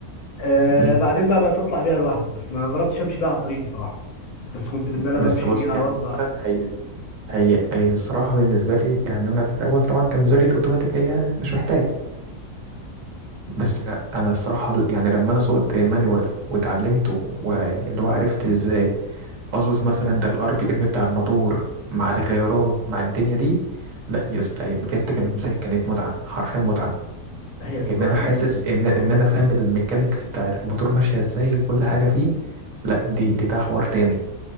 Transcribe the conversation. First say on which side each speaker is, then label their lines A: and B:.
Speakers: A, on the left; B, on the right.
A: آه
B: امم
A: بعدين بقى بقيت اطلع بيها لوحدي بس ما جربتش امشي بيها على الطريق بصراحة بس كنت بان انا
B: بس
A: بمشي
B: بص
A: بيها
B: يعني
A: واطلع
B: مثلا هي هي هي الصراحة بالنسبة لي يعني أنا في الأول طبعا كان بالنسبة لي الأوتوماتيك هي مش محتاجة بس لا انا الصراحه يعني لما انا سوقت مانوال واتعلمته واللي هو عرفت ازاي اظبط مثلا ده الار بي ام بتاع الموتور مع الغيارات مع الدنيا دي لا يا اسطى بجد كانت مزاري كانت متعه حرفيا متعه
A: هي السواقة
B: ان انا حاسس
A: فعلا
B: ان
A: اه
B: ان انا فاهم الميكانيكس بتاعت الموتور ماشيه ازاي وكل حاجه فيه لا دي دي ده حوار تاني